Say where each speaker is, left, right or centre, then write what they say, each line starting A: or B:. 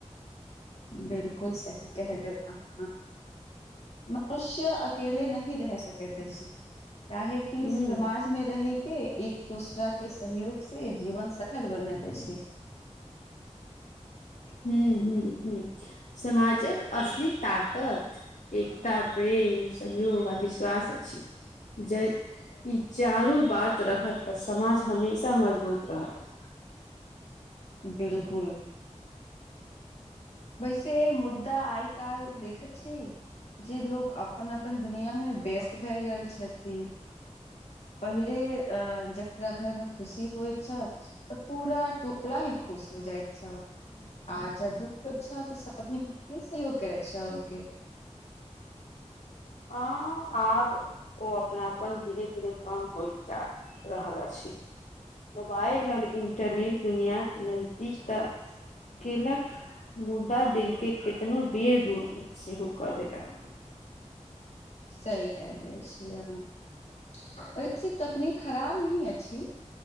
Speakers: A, on the left; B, on the left.
A: बिल्कुल सही केहलो आहाँ। मनुष्य अकेले नहि रह सकेत अछि काहे कि
B: ह
A: समाज मे रहै के एक दोसरा के सहयोग से जीवन सफल बनैत अछि। <inaudible>
B: हूँ, हूँ, हूँ समाजक असली ताकत एकता, प्रेम, सहयोग आ विश्वास अछि। जे ई चारू बात रहत तऽ समाज हमेशा मजबूत रहत।
A: बिल्कुल वैसे मुद्दा आय कैल देखै छी जे लोक अप अपन -अपन दुनिया मे व्यस्त भए गेल छथि। पहिले अं जेकरा घर में खुशी होइत छ तऽ पूरा टोला ही खुश हो जायत छल आ जब दुःख हो अच्छा तऽ सभी मिलके सहयोग करै <unintelligible>
B: हँ आब ओ अपनापन धीरे -धीरे कम होयत जा रहल अछि। मोबाइल और इन्टरनेट दुनिया के नजदीक तऽ केलक मुद्दा दिल के कितनो बेर दूर सेहो क देलक।
A: सही कहले छियै आहाँ ओहिसे तकनीक खराब नही अछि।